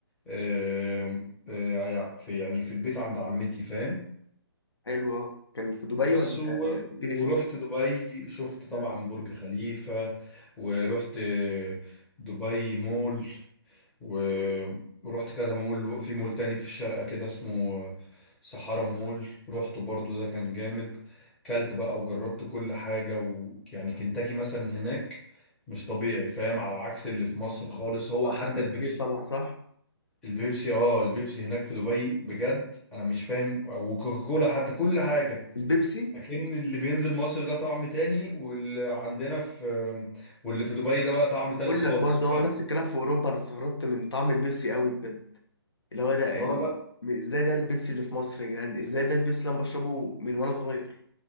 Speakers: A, in the centre; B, on the left (about 70°).
A: آه آه يعني في يعني في البيت عند عمتي فاهم
B: حلو أوي. كان في دبي
A: بس
B: ولا
A: و...
B: قلت
A: ورحت
B: لي فين
A: دبي شفت طبعا
B: مم.
A: برج خليفة ورحت دبي مول و... ورحت كذا مول في مول تاني في الشارقة كده اسمه سحارة مول رحته برضو ده كان جامد كلت بقى وجربت كل حاجة ويعني كنتاكي مثلا هناك مش طبيعي فاهم على عكس اللي في مصر خالص هو
B: احسن
A: حتى
B: بكتير
A: البيبسي
B: طبعا صح
A: البيبسي اه البيبسي هناك في دبي بجد انا مش فاهم وكوكاكولا حتى كل حاجة
B: البيبسي
A: اكن اللي بينزل مصر ده طعم تاني واللي عندنا في واللي في دبي ده بقى طعم
B: بقول
A: تالت خالص
B: لك برضه
A: فاهم
B: هو نفس الكلام في اوروبا انا استغربت من طعم البيبسي قوي بجد اللي هو ده
A: اه
B: اللي
A: لا
B: هو ازاي ده البيبسي اللي في مصر يا جدعان ازاي ده البيبسي اللي انا بشربه من وانا صغير